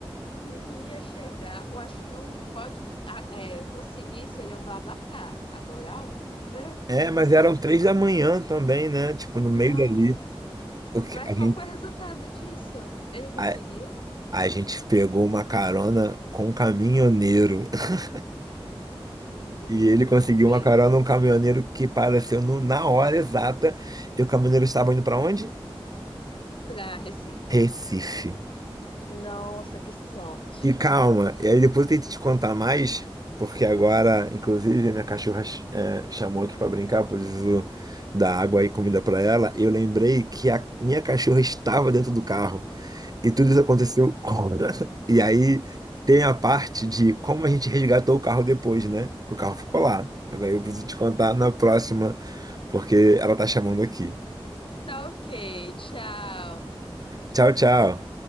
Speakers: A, on the left (about 60°); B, on the right (about 40°).
A: não ia chegar. Eu acho que o que pode ah, é, conseguir seria um BlaBlaCar. Agora a Uber,
B: É, mas eram três da manhã também, né? Tipo, no
A: nossa.
B: meio dali. O que-
A: Mas
B: a
A: qual
B: gente,
A: foi o resultado disso? Ele conseguiu?
B: a, a gente pegou uma carona com um caminhoneiro. <laughs>
A: Meu
B: E
A: Deus,
B: ele conseguiu
A: bem
B: uma carona, um caminhoneiro que apareceu no- na hora exata. E o caminhoneiro estava indo para onde?
A: pra Recife.
B: Recife.
A: Nossa, que sorte.
B: E calma, e aí depois eu tento te contar mais, porque agora, inclusive, minha cachorra eh, chamou aqui pra brincar, eu preciso dar água e comida pra ela. Eu lembrei que a minha cachorra estava dentro do carro e tudo isso aconteceu. <laughs> E aí tem a parte de como a gente resgatou o carro depois, né? Que O carro ficou lá. Mas aí eu preciso te contar na próxima, porque ela tá chamando aqui.
A: Tá ok, tchau.
B: Tchau, tchau.